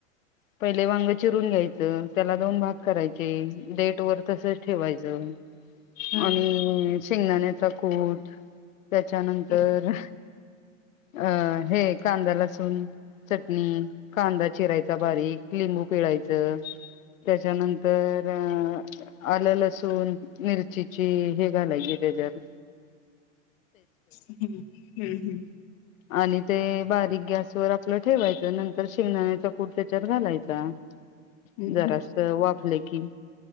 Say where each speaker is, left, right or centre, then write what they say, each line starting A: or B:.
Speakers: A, on the left; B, on the left.
A: पहिले वांग चिरून घ्यायचं, त्याला दोन भाग करायचे डेट वर तसच ठेवायचं.
B: हम्म
A: आणि शेंगदाण्याचा कूट त्याच्यानंतर,
B: हम्म
A: अ हे कांदा लसून चटणी कांदा चिरायच चा बारीक लिंंगू खिळायचं. त्याच्यानंतर अ आलं लसूण मिरचीची हे घालायची. तेच्यात
B: हम्म हम्म हम्म
A: आणि ते बारीक गॅसवरर आपलं ठेवायचं नंतर शेंगदाणे कुट कूट त्याच्यात घालायचा.
B: हम्म
A: जरास वाफले की,